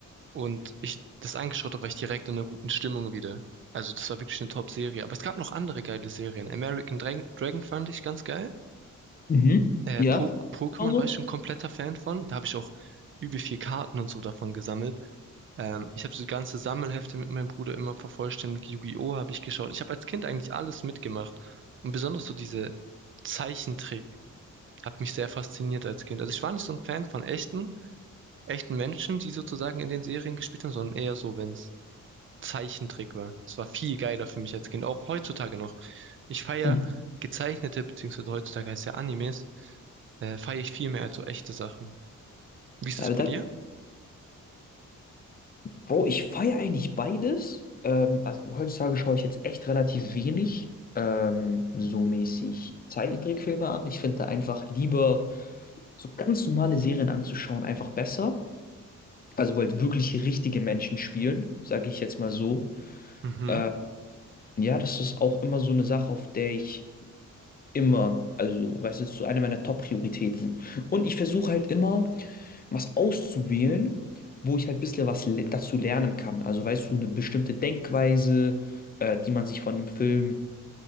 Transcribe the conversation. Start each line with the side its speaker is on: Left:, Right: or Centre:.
Right: und ich das angeschaut habe, war ich direkt in einer guten Stimmung wieder. Also das war wirklich eine Top-Serie. Aber es gab noch andere geile Serien. American Dragon, Dragon fand ich ganz geil.
Left: Mhm.
Right: Äh,
Left: Ja,
Right: po Pokémon
Left: also.
Right: war ich schon kompletter Fan von. Da habe ich auch übel viel Karten und so davon gesammelt. Ähm, ich habe so ganze Sammelhefte mit meinem Bruder immer vervollständigt. Yu-Gi-Oh! habe ich geschaut. Ich habe als Kind eigentlich alles mitgemacht. Und besonders so diese Zeichentrick hat mich sehr fasziniert als Kind. Also ich war nicht so ein Fan von echten, echten Menschen, die sozusagen in den Serien gespielt haben, sondern eher so, wenn's Zeichentrick war. Es war viel geiler für mich als Kind, auch heutzutage noch. Ich feiere
Left: Mhm.
Right: gezeichnete, beziehungsweise heutzutage heißt ja Animes, äh, feiere ich viel mehr als so echte Sachen. Wie ist
Left: Ja,
Right: es
Left: aber
Right: bei
Left: danke.
Right: dir?
Left: Bro, ich feiere eigentlich beides. Ähm, also heutzutage schaue ich jetzt echt relativ wenig ähm, so mäßig Zeichentrickfilme an. Ich finde da einfach lieber so ganz normale Serien anzuschauen, einfach besser. Also wo halt wirklich richtige Menschen spielen, sage ich jetzt mal so.
Right: Mhm.
Left: Äh, ja, das ist auch immer so eine Sache, auf der ich immer, also weißt du, das ist so eine meiner Top-Prioritäten. Und ich versuche halt immer was auszuwählen, wo ich halt ein bisschen was le dazu lernen kann. Also weißt du, eine bestimmte Denkweise, äh, die man sich von dem Film